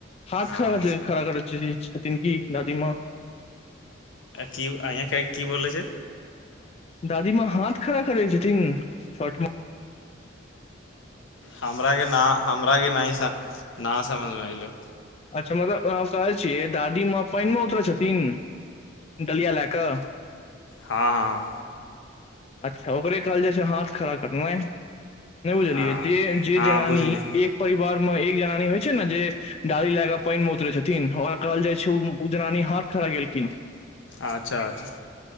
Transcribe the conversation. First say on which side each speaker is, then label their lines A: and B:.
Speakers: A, on the left; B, on the left.
A: हाथ
B: हँ
A: खड़ा खड़ा करै छथिन की दादीमाँ
B: की अंया के की बोले छै
A: दादीमााँ हाथ खड़ा करै छथिन छठ मे
B: हमराके न हमरा के नहि सम ना समझमे एलो
A: अच्छा मगर हम कहै छियै दादी माँ पानि मे उतरै छथिन डलिया लए कऽ
B: हँ हँ
A: अच्छा ओकरे कहल जाय छै हाथ खड़ा करनाइ नहि बुझलियै
B: हँ
A: जे जे
B: हँ
A: जनानी
B: बुझली
A: एक परिवार म एक जनानी होइ छै ने जे डाली लय क पानि मे उतरे छथिन ओकरा कहल जाय उ जनानी हाथ खड़ा कैलखिन
B: अच्छा अच्छा